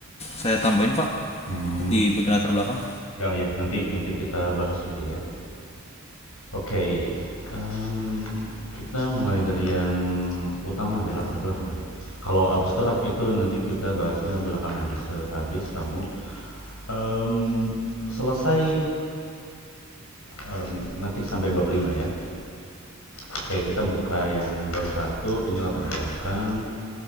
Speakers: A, on the left; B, on the left.
A: saya tambahin Pak
B: Hmm,
A: di bagian latar belakang.
B: ya ya nanti nanti kita bahas juga ya. Oke, em, kita mulai dari yang utama deh latar belakang deh. Kalau abstrak itu nanti kita bahasnya belakangan sehabis kamu Em, selesai em, ngetik sampai bab 5 ya. Oke, kita buka yang bab satu ini latar belakang.